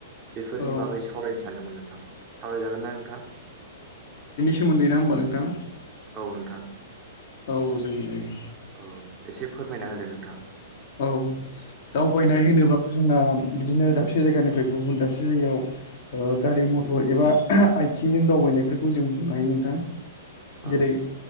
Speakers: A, on the right (about 30°); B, on the left (about 50°).
A: बेफोरनि
B: औ
A: बागै सावरायनो सानदोंमोन नोंथां सावरायजागोन ना नोंथां
B: सोमोनदै ना होमबा नोंथां
A: औ नोंथां
B: औ जायो - जायो
A: औ एसे फोरमायना होदो नोंथां
B: औ दावबायनाय
A: दे
B: होनोबाथ जोंना बिदिनो दाबसे जायगानिफ्राय गुबुन दाबसे जायगायाव गारि मथर एबा आथिंजों दावबाय बायनायफोरखौ जों बुंनो हायो नोंथां
A: औ
B: जेरै
A: औ